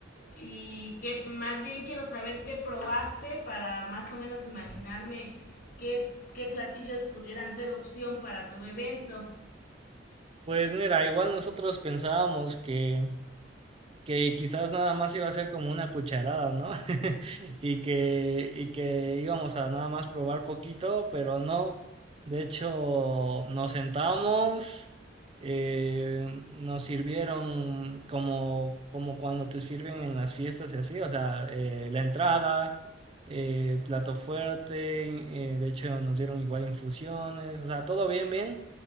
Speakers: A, on the left; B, on the right.
A: Y que más bien quiero saber qué probaste para más o menos imaginarme qué, qué platillos pudieran ser opción para tu evento.
B: Pues mira, igual nosotros pensábamos que, que quizás nada más iba a ser como una cucharada, ¿no? <laughs> Y que, y que íbamos a nada más probar poquito, pero no. De hecho, nos sentamos, eh, nos sirvieron como, como cuando te sirven en las fiestas y así, o sea, eh, la entrada, eh, plato fuerte, y, eh, de hecho nos dieron igual infusiones, o sea, todo bien, bien.